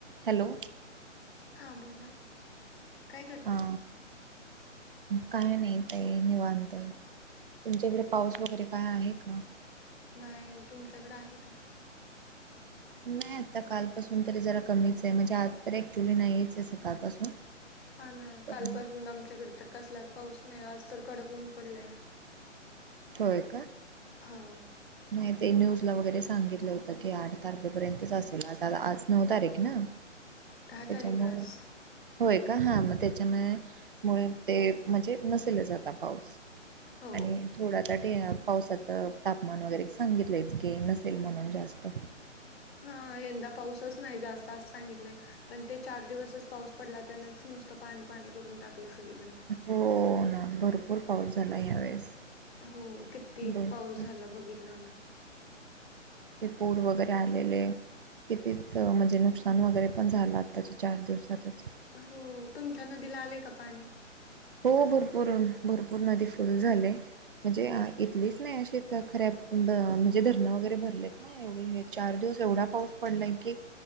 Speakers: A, on the right (about 45°); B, on the left (about 55°).
A: Hello
B: हा बोला काय
A: अ
B: करताय?
A: काय नाही ताई निवांत तुमच्या इकडे पाऊस वगैरे काय आहे का?
B: नाही तुमच्याकडें आहे का?
A: नाही आता कालपासून तरी जरा कमीच आहे म्हणजे आज तर ऍक्च्युली नाहीच आहे सकाळपासून
B: हा ना
A: पण
B: कालपासून आमच्याकडे तर कसलाच पाऊस नाही आज तर कडक होऊन पडला या
A: होय का
B: हो
A: नाही ते न्यूजला वगैरे सांगितलं होतं की आठ तारखेपर्यंतच असेल आता आज नऊ तारीख ना ते
B: दहा
A: त्याच्यामुळे
B: तारीख आज
A: होय का हा मग त्याच्यामुळे ते म्हणजे नसेलच आता पाऊस
B: हो
A: आणि थोडा पावसाच तापमान तापमान वगैरे सांगितलंयच कि नसेल म्हणून जास्त
B: हा यंदा पाऊसच नाही जास्त असं सांगितले. पण ते चार दिवसच पाऊस पडला त्यान नुसतं पाणी पाणी करून टाकलं सगळीकड
A: हो ना भरपूर पाऊस झाला ह्यावेेळेस
B: हो किती
A: भरपूर
B: पाऊस झाला बघितला ना.
A: ते पूर वगैरे आलेले कितीच म्हणजे नुकसान वगैरे पण झालं आत्ताच्या चार दिवसातच
B: हो तुमच्या नदीला आलेय का पाणी.
A: हो भरपूर भरपूर नदी फुल झाले. म्हणजे इथलीच नाही अशीथ खऱ्या म्हणजे धरणं वगैरे भरले. नाही एवढी हे चार दिवस एवढा पाऊस पडलाय की